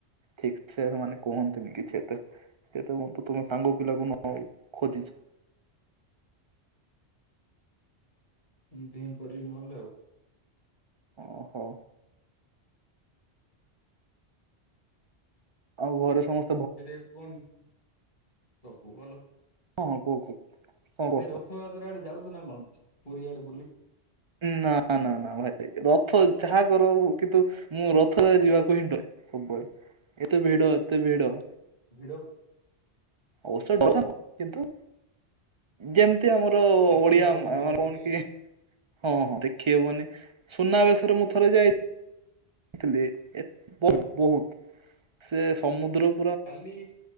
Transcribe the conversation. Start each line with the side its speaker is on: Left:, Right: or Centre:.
Right: ଠିକ ସେ ମାନେ କୁହନ୍ତିନି କିଛି ତ ସେଇଟା ମୋତେ ପୁଣି ସାଙ୍ଗ ପିଲାକୁ ନ ଖୋଜିଛ
Left: ସେମତି ହିଁ କରିବି ନହେଲେ ଆଉ।
Right: ଓହୋ। ଆଉ ଘରେ ସମସ୍ତ
Left: ଏଇଟା କୁହନ୍ତୁ ସବୁ ଭଲ।
Right: ହୁଁ ହଁ କୁହ କୁହ। କଣ କୁହ?
Left: ଏ ରଥଯାତ୍ରା ଆଡେ ଯାଉଚୁ ନା କଣ ପୁରୀ ଆଡେ ବୁଲିି?
Right: ନା ନା ନା ଭାଇ। ରଥ ଯାହା କର କିନ୍ତୁ ମୁଁ ରଥରେ ଯିବାକୁ ହି ଡରେ ସବୁବେଳେ। ଏତେ ଭିଡ଼ ଏତେ ଭିଡ଼
Left: ଭିଡ଼
Right: ଔଷଧ କିନ୍ତୁ ଯେମ ତି ଆମର
Left: ଦେଖି
Right: ଓଡିଆ
Left: ହବନି
Right: ଆମର
Left: ଭଲସେ
Right: କଣ
Left: ଟିକେ
Right: କି ହଁ ହଁ ଦେଖିହବନି। ସୁନାବେଶରେ ମୁଁ ଥରେ ଯାଇ ଥିଲି ଏଟ୍ ବହୁ ବହୁତ ସେ ସମୁଦ୍ରକୁ
Left: କାଲି